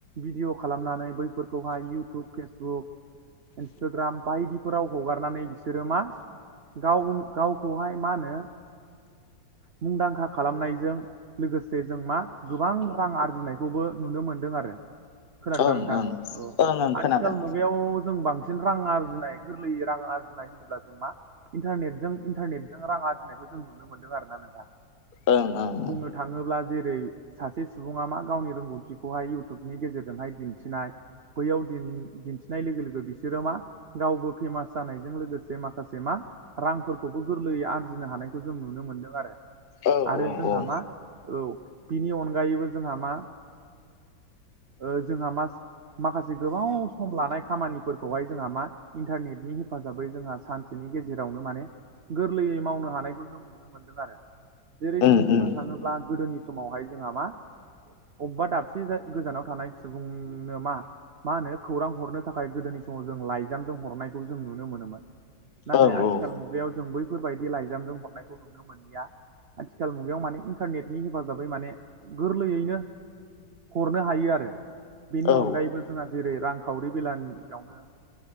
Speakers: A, on the right; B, on the left.
A: भिडिअ' खालामनानै बैफोरखौहाय इउटुब, फेसबुक इन्सटाग्राम बायदिफोराव हगारनानै बिसोरो मा गाव गावखौहाय मा होनो मुंदांखा खालामनायजों लोगोसे जों मा गोबां रां आरजिनायखौबो नुनो मोनदों आरो
B: औ
A: खोनादोंना
B: औ
A: नोंथां,
B: ओं
A: औ
B: ओं ओं खोनादों
A: आथिखाल मुगायाव जों बांसिन रां आरजिनाय गोरलैयै रां आरजिनाय होनोब्ला जों मा इन्टारनेटजों इन्टारनेटजों रां आरजिनायखौ जों नुनो मोन्दों आरो ना नोंथां
B: ओं ओं ओं
A: नो थाङोब्ला जेरै सासे सुबुङा मा गावनि रोंगौथिखौहाय इउटुबनि गेजेरजोंहाय दिन्थिनाय बैयाव दिन दिनथि नाय लोगो लोगो बिसोरो मा गावबो फेमास जानायजों लोगोसे माखासे मा रांफोरखौबो गोरलैयै आरजिनो हानायखौ जों नुनो मोनदों आरो
B: औ
A: आरो जोंहा
B: औ
A: मा औ बिनि अनगायैबो जोंहा मा ओ जोंहा मा माखासे गोबाव सम लानाय खामानि फोरखौहाय जोंहा मा इन्टारनेटनि हेफाजाबै जोंहा सानसेनि गेजेरावनो माने गोरलैयै मावनो हानायखौ जों नुनो मोनदों आरो जेरै
B: उम
A: जों बुंनो
B: उम
A: थांङोब्ला गोदोनि समावहाय जोंहा मा अबबा दाबसे गोजानाव थानाय सुबुंनो मा मा होनो खौरां हरनो थाखाय गोदोनि समाव जों लाइजामजों हरनायखौ जों नुनो मोनोमोन। नाथाय
B: औ
A: आथिखाल
B: औ
A: मुगायाव जों बैफोरबायदि लाइजामजों हरनायखौ नुनो मोनलिया आथिखाल मुगायाव माने इन्टारनेटनि हेफाजाबै माने गोरलैयैनो हरनो हायो आरो बेनि
B: औ
A: अनगायैबो जोंहा जेरै रांखावरि बेलानियावनो